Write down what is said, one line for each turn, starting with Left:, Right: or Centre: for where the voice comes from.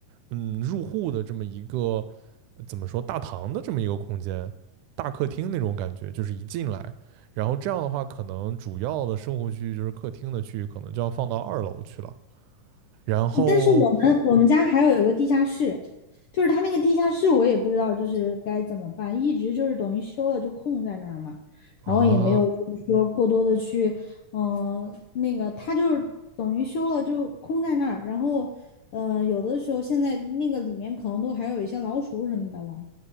Right: 嗯入户的这么一个呃怎么说大堂的这么一个空间，大客厅那种感觉，就是一进来，然后这样的话，可能主要的生活区域就是客厅的区域，可能就要放到二楼去了。然后
Left: 哦但是我们我们家还有一个地下室，就是它那个地下室我也不知道就是该怎么办，一直就是等于修了就空在那儿嘛，
Right: 啊，
Left: 然后也没有就是说过多的去，嗯、那个它就是等于修了就空在那儿，然后呃有的时候现在那个里面可能都还有一些老鼠什么的了。